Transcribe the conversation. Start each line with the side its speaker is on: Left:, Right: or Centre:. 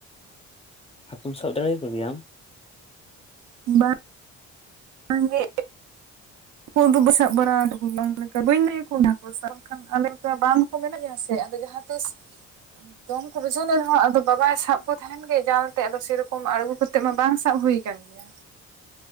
Left: ᱦᱟᱹᱠᱩᱢ ᱥᱟᱵ ᱫᱟᱲᱮ ᱟᱠᱚ ᱜᱮᱭᱟ ᱟᱢ?
Right: ᱵᱟᱝ ᱵᱟᱝ ᱜᱮ ᱠᱚ ᱤᱫ ᱫᱚ ᱥᱟᱵ ᱵᱟᱲᱟ ᱠᱟᱜ ᱠᱚᱜᱮᱭᱟ ᱵᱟᱹᱧ ᱞᱟᱹᱭᱟ ᱠᱚ ᱠᱟᱱᱟ ᱠᱚ ᱵᱟᱝᱠᱷᱟᱱ ᱟᱞᱮ ᱛᱚ ᱵᱟᱝ ᱠᱚ ᱢᱮᱱᱟᱜ ᱜᱮᱭᱟ ᱥᱮ ᱟᱫᱚ ᱡᱟᱦᱟᱸ ᱛᱤᱥ ᱡᱚᱢ ᱠᱚ ᱵᱩᱡᱷᱟᱹᱣ ᱮ ᱨᱮᱦᱚᱸ ᱟᱫᱚ ᱵᱟᱵᱟᱭ ᱥᱟᱵ ᱠᱚ ᱛᱟᱦᱮᱱ ᱜᱮ ᱡᱟᱞ ᱡᱟᱞ ᱛᱮ ᱟᱫᱚ ᱥᱮᱨᱚᱠᱚᱢ ᱟᱬᱜᱚ ᱠᱟᱛᱮᱜ ᱢᱟ ᱵᱟᱝ ᱥᱟᱵ ᱦᱩᱭ ᱟᱠᱟᱱ ᱜᱮᱭᱟ᱾